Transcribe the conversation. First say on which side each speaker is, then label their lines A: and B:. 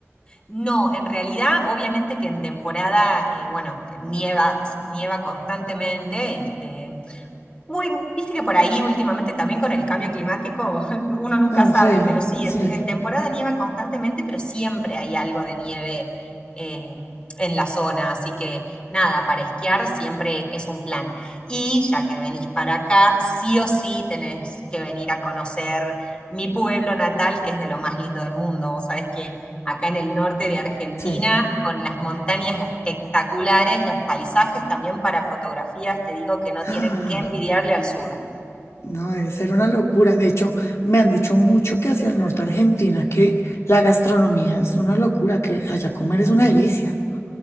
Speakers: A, on the left; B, on the left.
A: No, en realidad, obviamente que en temporada, eh, bueno, nieva, nieva constantemente, este, Muy, viste que por ahí últimamente también con el cambio climático <laughs> uno nunca
B: Ah,
A: sabe,
B: sí,
A: pero sí,
B: sí,
A: en, en temporada nieva constantemente, pero siempre hay algo de nieve eh, en la zona, así que nada, para esquiar siempre es un plan. Y ya que venís para acá, sí o sí tenés que venir a conocer mi pueblo natal, que es de lo más lindo del mundo. Vos sabés que acá en el norte de Argentina,
B: sí.
A: con las montañas espectaculares, los paisajes también para fotografías, te digo que no tienen
B: <gasps>
A: que envidiarle al sur.
B: No, debe ser una locura. De hecho, me han dicho mucho que hacia el norte de Argentina que la gastronomía es una locura, que allá comer es una delicia.